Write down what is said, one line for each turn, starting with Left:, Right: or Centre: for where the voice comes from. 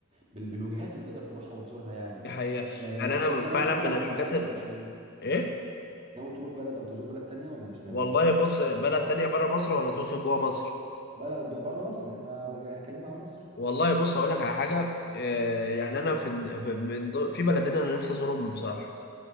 Right: بال... بالوجهات اللي تقدر تروحها وتزورها يعني
Left: دي حقيقة
Right: آه،
Left: يعني أنا
Right: انت
Left: فعلا
Right: ناوي تروح
Left: من
Right: بلد
Left: الحاجات
Right: معينة
Left: ال-
Right: ولا مش ناوي؟
Left: إيه
Right: ناوي تروح بلد او تزور بلد تانية ولا مش ناوي؟
Left: والله بص بلد تانية بره مصر ولا تقصد جوه مصر؟
Right: بلد بره مصر احنا بقى اتكلمنا عن مصر
Left: والله بص اقول لك على حاجة آه، يعني انا في ال- في من ضمن- في بلدين انا نفسي ازورهم بصراحة